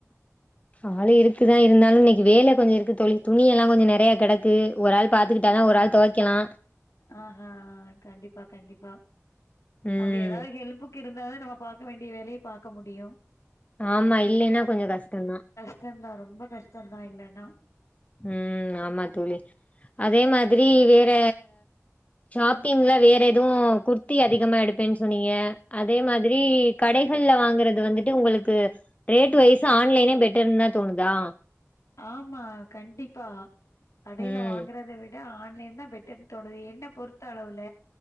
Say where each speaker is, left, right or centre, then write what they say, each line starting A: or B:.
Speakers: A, on the left; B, on the left.
A: ஆளு இருக்குதான் இருந்தாலு இன்னைக்கு வேல கொஞ்சோ இருக்கு தோழி துணி எல்லா கொஞ்சோ நெறையா கிடக்கு ஒரு ஆள் பாத்துகிட்டாதா
B: ஆ
A: ஒரு ஆள் துவைக்கலா
B: ஆஹா கண்டிப்பா கண்டிப்பா
A: ம்
B: அப்டி யாராது ஹெல்ப்புக்கு இருந்தாதாதா நம்ம பாக்க வேண்டிய வேலய பாக்க முடியு
A: ஆமா இல்லைனா கொஞ்சோ கஷ்டந்தான்
B: கஷ்டந்தான் ரொம்ப கஷ்டந்தான் இல்லனா
A: ம் ஆமா தோழி அதே மாதிரி வேற ஷாப்பிங்ல
B: ம்
A: வேற எதுவு கு ர்த்தி அதிகமா எடுப்பேன்னு சொன்னீங்க அதே மாதிரி கடைகள்ல வாங்கறது வந்துட்டு உங்களுக்கு ரேட்
B: ம்
A: வைஸ்
B: ம்
A: ஆன்லைனே பெட்டர்னுதான் தோணுதா
B: ஆமா கண்டிப்பா கடைல
A: ம்
B: வாங்கறத விட ஆன்லைன்தான் பெட்டர்னு தோணுது என்ன பொறுத்த அளவுல